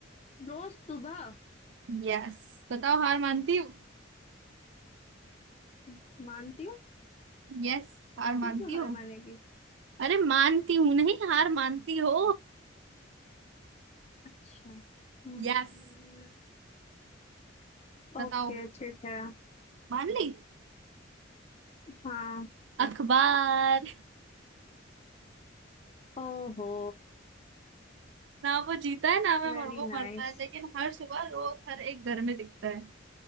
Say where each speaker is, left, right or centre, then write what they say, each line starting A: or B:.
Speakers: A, on the left; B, on the right.
A: रोज सुबह
B: यस बताओ हार मानती हो?
A: <laughs> मानती हूँ
B: यस हार
A: तू
B: मानती
A: क्यों हार
B: हो
A: मानेगी
B: अरे मानती हूँ नहीं हार मानती हो
A: अच्छा हम्म,
B: यस बताओ
A: ओके ठीक है
B: मान ली
A: हाँ
B: अखबार
A: ओहो
B: ना वो जीता है ना मैं
A: वेरी
B: वो
A: नाइस
B: मरता है लेकिन हर सुबह रोज हर एक घर में दिखता है